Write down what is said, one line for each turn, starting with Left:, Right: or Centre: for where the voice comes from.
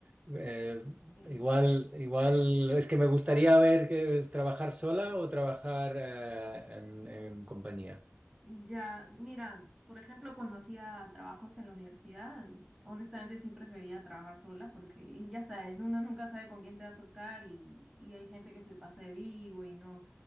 Right: Eh,
Centre: eh,
Right: igual, igual, es que me gustaría ver que es trabajar sola o trabajar eh, en, en compañía.
Centre: Ya, mira, por ejemplo, cuando hacía trabajos en la universidad, honestamente sí prefería trabajar sola porque ya sabes, uno nunca sabe con quién te va a tocar y, y hay gente que se pasa de vivo y no,